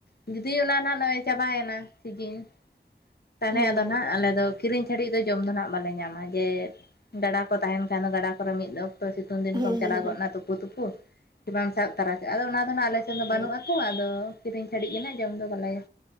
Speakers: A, on the left; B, on the right.
A: ᱡᱩᱫᱤ ᱚᱱᱟ ᱱᱟᱜ ᱱᱚᱜᱼᱚᱭ ᱪᱟᱵᱟᱭᱮᱱᱟ ᱥᱤᱡᱤᱱ᱾ ᱛᱟᱦᱱᱮ
B: ᱦᱮᱸ
A: ᱟᱫᱚ ᱱᱷᱟᱜ ᱟᱞᱮ ᱫᱚ, ᱠᱤᱨᱤᱧ ᱪᱷᱟᱹᱰᱤᱡ ᱫᱚ, ᱡᱚᱢ ᱫᱚ ᱱᱷᱟᱜ ᱵᱟᱞᱮ ᱧᱟᱢᱟ! ᱡᱮ ᱜᱟᱰᱟ ᱠᱚ ᱛᱟᱦᱮᱱ ᱠᱷᱟᱱ ᱫᱚ ᱜᱟᱰᱟ ᱠᱚᱨᱮ ᱢᱤᱫ ᱚᱠᱛᱚ ᱥᱤᱛᱩᱝ ᱫᱤᱱ
B: ᱦᱮᱸ
A: ᱠᱚᱢ ᱪᱟᱞᱟᱣ
B: ᱦᱮᱸ
A: ᱜᱚᱜ
B: ᱦᱮᱸ
A: ᱱᱟ, ᱛᱩᱯᱩ--ᱛᱩᱯᱩ! ᱵᱟᱢ ᱥᱟᱵ ᱛᱟᱨᱟ ᱠᱟᱜᱼᱟ, ᱟᱫᱚ ᱚᱱᱟ ᱫᱚ ᱱᱷᱟᱜ, ᱟᱞᱮ ᱥᱮᱱ ᱫᱚ
B: ᱦᱳᱭ
A: ᱵᱟᱹᱱᱩᱜ ᱟᱛᱚᱻ ᱟᱫᱚ ᱠᱤᱫᱤᱧ ᱪᱷᱟᱹᱰᱤᱡ ᱜᱮᱱᱟᱜ ᱡᱚᱢ ᱫᱚ ᱵᱟᱞᱟᱭᱟ,